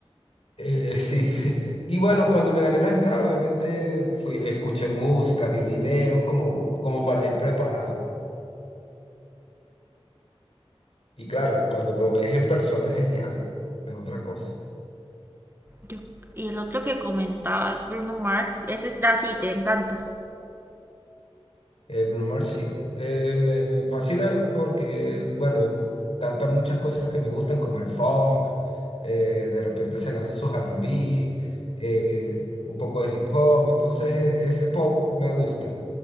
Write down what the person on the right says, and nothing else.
Yo- y el otro que comentabas, Bruno Mars, ese es así, te encanta.